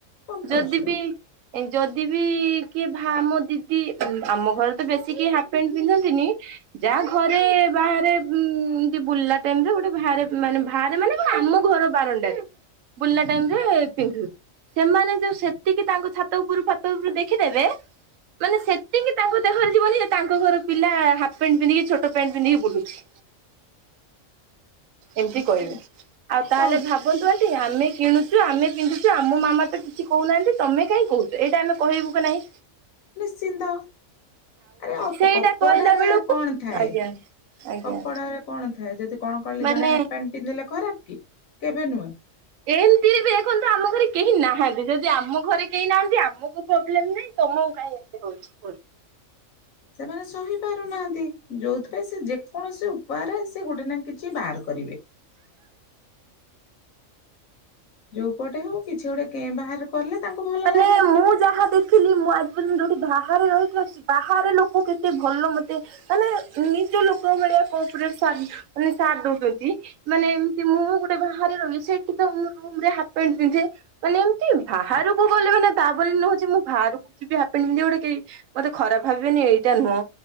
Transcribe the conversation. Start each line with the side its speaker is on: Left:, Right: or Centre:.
Left: କମ୍ପଲସରୀ
Right: ଯଦି ବି ଯଦି ବିି କିଏ ଆମ ଦିଦି ଆମ ଘରେ ତ ବେଶୀ କେହି ହାଫ ପ୍ୟାଣ୍ଟ ପିନ୍ଧନ୍ତିନି। ଯାହା ଘ ରେ ବାହାରେ ଏମତି ବୁଲିବା ଟାଇମରେ ଗୋଟେ ବାହାରେ ମାନେ ବାହାରେ ମାନେ କଣ ଆମ ଘର ବାରଣ୍ଡାରେ। ବୁଲିଲା ଟାଇମ୍ ରେ ପିନ୍ଧୁ। ସେମାନେ ଯୋଉ ସେତିକି ତାଙ୍କ ଛାତ ଉପରୁ ଫାତ ଉପରୁ ଦେଖିଦେବେ? ମାନେ ସେତିକି ତାଙ୍କ ଦେହରେ ଯିବନି ଯେ ତାଙ୍କ ଘର ପିଲା ହାଫ ପେଣ୍ଟ ପିନ୍ଧିକି ଛୋଟ ଟ ପ୍ୟାଣ୍ଟ ପିନ୍ଧିକି ବୁଲୁଛି। ଏମିତି କହିବେ
Left: ସେ
Right: ଆଉ ତାହେଲେ
Left: କଣ
Right: ଭାବନ୍ତୁ ଆମେ କିଣୁଛୁ ଆମେ ପିନ୍ଧୁଛୁ ଆମ ମାମା ତ କିଛି କହୁନାହାନ୍ତି ତମେ କାହିଁ କହୁଛ ଏଇଟା ଆମେ କହିବୁ କି ନାଇଁ?
Left: ନିଶ୍ଚିନ୍ତ ଆରେ
Right: ସେଇଟା
Left: କପଡ଼ାରେ
Right: କହିଲା ବେଳକୁ
Left: କଣ ଥାଏ?
Right: ଆଜ୍ଞା
Left: ଥାଏ
Right: ଆଜ୍ଞା
Left: କପଡାରେ କଣ ଥାଏ ଯଦି କଣ କହିଲି
Right: ମାନେ
Left: ଜଣେ ହାଫ ପ୍ୟାଣ୍ଟ ପିନ୍ଧିଲେ ଖରାପ? କି କେବେ ନୁହେଁ।
Right: ଏମିତିରେ ବି ଦେଖନ୍ତୁ ଆମ ଘରେ କେହି ନାହାନ୍ତି ଯଦି ଆମ ଘରେ କେହି ନାହାନ୍ତି ଆମକୁ ପ୍ରୋବ୍ଲେମ ନାହିଁ। ତମକୁ କାଇଁ ଏମିତି ହଉଛି କୁହନ୍ତୁ?
Left: ସେମାନେ ସହି ପାରୁନାହାନ୍ତି ଯୋଉଥିପାଇଁ ସେ ଯେକୌଣସି ଉପାୟରେ ସେ ଗୋଟେ ନା କିଛି ବାହାର କରିବେ। ଯୋଉପଟେ ହଉ କିଛି ଗୋଟେ କେଁ ବାହାର କଲେ ତାଙ୍କୁ ଭଲ
Right: ମାନେ
Left: ଲାଗେ।
Right: ମୁଁ ଯାହା ଦେଖିଲି ମୁଁ ଆଜି ପର୍ଯ୍ୟନ୍ତ ଯୋଉଠି ବାହାରେ ରହିଥିବା ବାହାରେ ଲୋକ କେତେ ଭଲ ମତେ ମାନେ ନିଜ ଲୋକ ଭଳିଆ କୋପ୍ରେଟ ସାଥ ମାନେ ସାଥ ଦଉଛନ୍ତି ମାନେ ଏମତି ମୁଁ ଗୋଟେ ବାହାରେ ରହେ ସେଠି ତ ମୁଁ, ରୁମରେ ହାପପ୍ୟାଣ୍ଟ୍ ପିନ୍ଧେ ମାନେ ଏମତି ବାହାରକୁ ଗଲେ ମାନେ ଘରେଉଛି ମୁଁ ବାହାରକୁ ଯିବି ହାପ ପ୍ୟାଣ୍ଟ୍ ପିନ୍ଧିକି ଗୋଟେ କେହି ମତେ ଖରାପ ଭାବିବେନି ଏଇଟା ନୁହଁ।